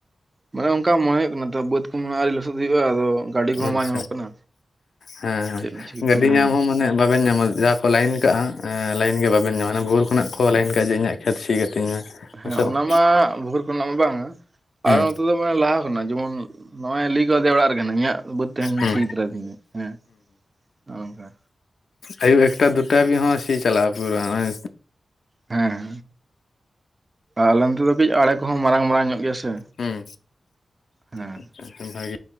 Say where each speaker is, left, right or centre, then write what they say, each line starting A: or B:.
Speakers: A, on the right; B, on the left.
A: ᱢᱟᱱᱮ ᱚᱱᱠᱟ ᱢᱚᱱᱮ ᱦᱩᱭᱩᱜ ᱠᱟᱱᱟ, ᱛᱚ ᱵᱟᱹᱫ ᱠᱚᱫᱚ ᱟᱣᱨᱤ ᱞᱚᱥᱚᱫ ᱦᱩᱭᱩᱜᱼᱟ, ᱟᱫᱚ ᱜᱟᱹᱰᱤ ᱠᱚᱦᱚᱸ
B: ᱟᱪᱪᱷᱟ
A: ᱵᱟᱝ ᱧᱟᱢᱚᱜ ᱠᱟᱱᱟ
B: ᱦᱮᱸ ᱦᱮᱸ
A: ᱪᱮᱫ ᱪᱤᱠᱟᱹᱜ ᱠᱟᱱᱟ
B: ᱜᱟᱹᱰᱤ
A: ᱦᱮᱸ
B: ᱧᱟᱢ ᱦᱚᱸ ᱢᱟᱱᱮ ᱵᱟᱵᱮᱱ ᱧᱟᱢᱟ, ᱡᱟ ᱠᱚ ᱞᱟᱭᱤᱱ ᱠᱟᱜᱼᱟ ᱞᱟᱭᱤᱱ ᱜᱮ ᱵᱟᱵᱮᱱ ᱧᱟᱢᱟ ᱵᱷᱳᱨ ᱠᱷᱚᱱᱟᱜ ᱠᱚ ᱞᱟᱭᱤᱱ ᱠᱟᱜᱼᱟ ᱡᱮ ᱤᱧᱟᱹᱜ ᱠᱷᱮᱛ ᱥᱤ ᱠᱟᱛᱤᱧ ᱢᱮ᱾
A: ᱦᱮᱸ
B: ᱥᱮ
A: ᱚᱱᱟ
B: ᱵᱟᱝ
A: ᱢᱟ ᱵᱷᱳᱨ ᱠᱷᱚᱱᱟᱜ ᱢᱟ ᱵᱟᱝᱟ
B: ᱦᱩᱸ
A: ᱟᱨ ᱱᱚᱛᱮ ᱫᱚ ᱠᱚ ᱞᱟᱦᱟ ᱠᱷᱚᱱᱟᱜ ᱡᱮᱢᱚᱱ ᱱᱚᱜᱼᱚᱭ ᱞᱟᱹᱭ ᱠᱟᱣᱫᱮᱭᱟ ᱚᱲᱟᱜ ᱨᱮᱜᱮ ᱤᱧᱟᱹᱜ ᱵᱟᱹᱫ ᱫᱚ ᱴᱮᱱ
B: ᱦᱩᱸ
A: ᱪᱷᱤ ᱛᱚᱨᱟᱭᱛᱤᱧ ᱦᱮᱸ ᱚᱝᱠᱟ᱾
B: ᱟᱭᱩᱵ ᱮᱠᱴᱟ ᱫᱩᱴᱟ ᱦᱟᱵᱤᱡ ᱦᱚᱸ ᱪᱟᱞᱟᱜᱼᱟ ᱯᱩᱨᱟᱹ <unintelligible>
A: ᱦᱮᱸ ᱟᱞᱮ ᱚᱱᱛᱮ ᱫᱚ ᱠᱟᱹᱡ ᱟᱲᱮ ᱠᱚᱦᱚᱸ ᱢᱟᱨᱟᱝ ᱢᱟᱨᱟᱝ ᱧᱚᱜ ᱜᱮᱭᱟ ᱥᱮ᱾
B: ᱦᱩᱸ
A: ᱦᱮᱸ
B: ᱟᱪᱪᱷᱟ ᱵᱷᱟᱜᱮ